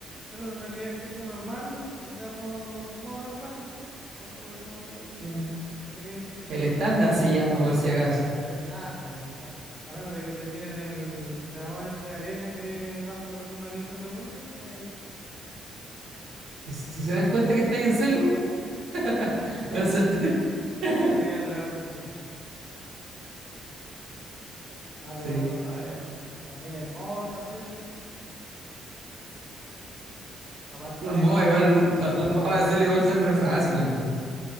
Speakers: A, in the centre; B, on the right.
A: pero en realidad es que eso normal, o sea, modo, modo normal, tampoco es como que
B: sea,
A: te quedes sin tiempo
B: el
A: en
B: estándar
A: los turnos.
B: se llama, por si acaso.
A: El estándar, el estándar. A menos de que te tiren el dragón ese de arena que baja los turnos a quince segundos, y ahí
B: Si, si se dan cuenta que estáis en celu. <laughs>
A: <laughs>
B: Buena suerte. <laughs>
A: te van a tirar el dragón del tiempo. No, pero
B: sí.
A: a ver, también hay MOBA para celu. Aparte
B: Los
A: del.
B: MOBA igual, lo- los MOBA de hacerlo igual son re fáciles, pues.